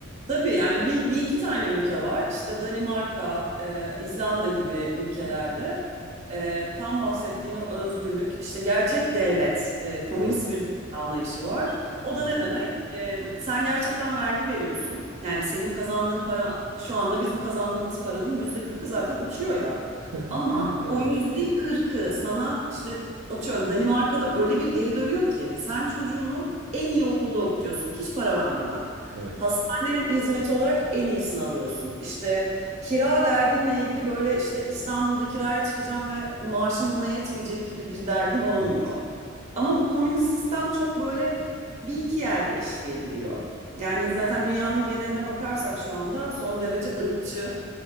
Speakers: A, on the right; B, on the right.
A: Tabii yani bir, bir iki tane ülke var. İşte Danimarka, e, İzlanda gibi ülkelerde
B: Hı hı.
A: e, tam bahsettiğin o özgürlük, işte gerçek devlet, e, komünist
B: Evet.
A: bir devlet anlayışı var. O
B: Kesinlikle.
A: da ne demek? E, sen gerçekten vergi veriyorsun. Yani senin kazandığın para şu anda bizim kazandığımız paranın yüzde kırkı zaten uçuyor ya.
B: <laughs>
A: Ama
B: Evet.
A: o yüzde kırkı sana işte atıyorum Danimarka'da öyle bir geri dönüyor ki sen çocuğunu en iyi okulda okutuyorsun hiç para vermeden.
B: Evet.
A: Hastane hizmeti olarak en iyisini alıyorsun. İşte kira derdinle ilgili böyle işte İstanbul'da kiraya çıkacağım ve maaşım buna yetmeyecek gibi bir derdin olmuyor.
B: Evet.
A: Ama bu komünist sistem çok böyle bir iki yerde işleyebiliyor. Yani zaten dünyanın geneline bakarsak şu anda son derece ırkçı.